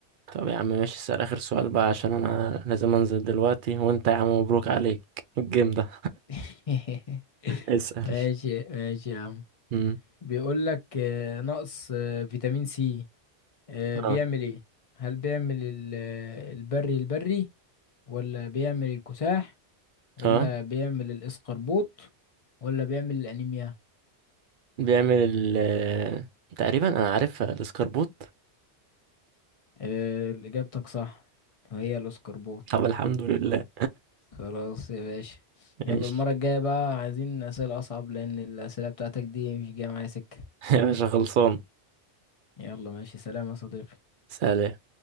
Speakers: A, on the right (about 55°); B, on the left (about 35°).
A: طب يا عم ماشي اسأل اخر سؤال بقى عشان انا لازم انزل دلوقتي وانت يا عم مبروك عليك الجيم ده
B: <laughs>
A: اسأل
B: ماشي ماشي يا عم
A: مم.
B: بيقول لك آه، نقص آه، فيتامين سي آه،
A: اه
B: بيعمل ايه هل بيعمل ال- آه، البري البري ولا بيعمل الكساح ولا
A: اه
B: بيعمل الاسقربوط ولا بيعمل الانيميا
A: بيعمل ال تقريبا انا عارفها الاسكربوت
B: آه، اجابتك صح هي الاسقربوط
A: طب الحمد لله
B: خلاص يا باشا يلا
A: ماشي
B: المرة الجاية بقى عايزين أسئلة أصعب لأن الأسئلة بتاعتك دي مش جاية معايا سكة
A: <laughs> يا باشا خلصان
B: يلا ماشي سلام يا صديقي
A: سلام